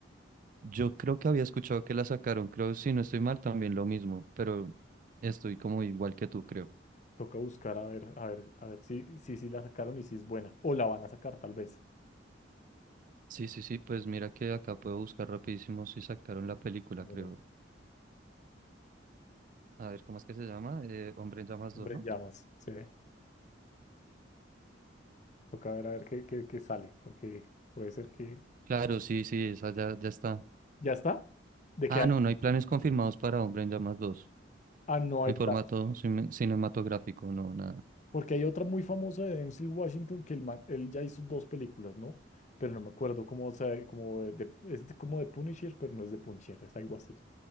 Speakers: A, on the right; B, on the left.
A: Yo creo que había escuchado que la sacaron, creo, si no estoy mal, también lo mismo, pero estoy como igual que tú, creo.
B: Toca buscar a ver, a ver, a ver si, si, si la sacaron y si es buena. O la van a sacar tal vez.
A: Sí, sí, sí, pues mira que acá puedo buscar rapidísimo si sacaron la película,
B: Mira,
A: creo. A ver, ¿cómo es que se llama? Eh, Hombre en Llamas
B: Hombre,
A: dos, ¿no?
B: en llamas, sí. Toca ver a ver qué, qué, qué sale, porque puede ser que...
A: Claro, sí, sí, esa ya, ya está.
B: ¿Ya está? ¿De
A: Ah,
B: que
A: no, no hay planes confirmados para Hombre en Llamas dos.
B: Ah, no hay
A: en
B: plata.
A: formato cine- cinematográfico, no, nada.
B: Porque hay otra muy famosa de Denzel Washington que el man- él ya hizo dos películas, ¿no? Pero no me acuerdo cómo, o sea, como de, es de- como de Punisher, pero no es de Punisher, es algo así.